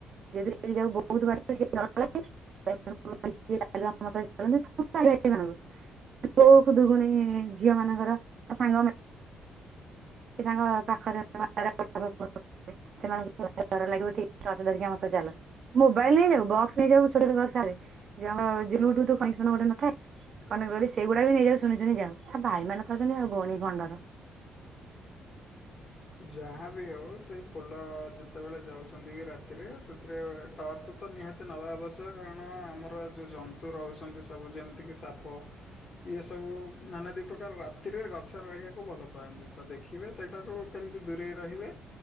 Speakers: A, on the right; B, on the left.
A: ଯେ ଦି ଯାଉ ବହୁତ ବାଟ ଟିକେ ଡ ର ଲାଗେ। <unintelligible> <unintelligible> ଖୁଦୁକୁଣି ଝିଅ ମାନଙ୍କର ଆ ସାଙ୍ଗ ମା କି ତାଙ୍କ ପାଖ <unintelligible> ସେମାନଙ୍କୁ <unintelligible> ଲାଗିବ ଟିକେ <unintelligible> ଧିରିକି ଆମ ସହ ଚାଲ। ମୋବାଇଲ ନେଇଯାଉ ବକ୍ସ ନେଇଯାଉ ଛୋଟ ଛ ବକ୍ସ ଆରେ ଜ ମ ଜ ବୁ ଟୁଥ କୋନେକ୍ସନ ଗୋଟେ ନଥାଏ କନଗଳୀ ସେଗୁଡା ବି ନେଇଯାଉ ଶୁଣି ଶୁଣି ଯାଉ ଆଉ ଭାଇମାନେ ତ ଅଛନ୍ତି ଆଉ ଭଉଣୀକି କଣ ଡର?
B: ଯାହା ବି ହେଉ ସେଇ ଫୁଲ ଯେତେବେଳେ ଯାଉଛନ୍ତି ବି ରାତିରେ ସେଥିରେ ଟର୍ଚ ତ ନିହାତି ନବା ଆବଶ୍ୟକ, କାରଣ ଆମର ଯଉଁ ଜନ୍ତୁ ରହୁଛନ୍ତି ସବୁ ଯେମିତିକି ସାପ। ଇଏ ସବୁ ନାନା ଦି ପ୍ରକାର ରାତିରେ ଗଛରେ ରହିବାକୁ ଭଲ ପାଆନ୍ତି ଦେଖିବେ ସେଇଠାରୁ କେମିତି ଦୂରେଇ ରହିବେ?